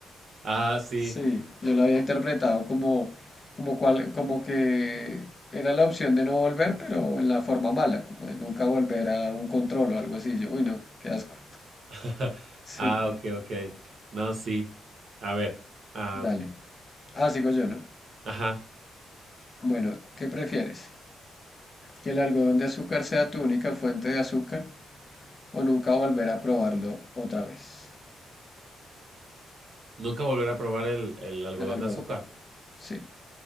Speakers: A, on the right (about 55°); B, on the left (about 25°).
A: Ah, sí.
B: Sí, yo lo había interpretado como, como cual, como que era la opción de no volver, pero en la forma mala, como de nunca volver a un control o algo así. Yo, uy, no, qué asco.
A: <laughs>
B: Sí,
A: Ah, ok, ok. No, sí. A ver. am,
B: dale. Ah, sigo yo, ¿no?
A: ajá.
B: Bueno, ¿qué prefieres? ¿Que el algodón de azúcar sea tu única fuente de azúcar? o nunca volver a probarlo otra vez.
A: Nunca volver a probar el, el algodón
B: El algodón.
A: de azúcar.
B: Sí,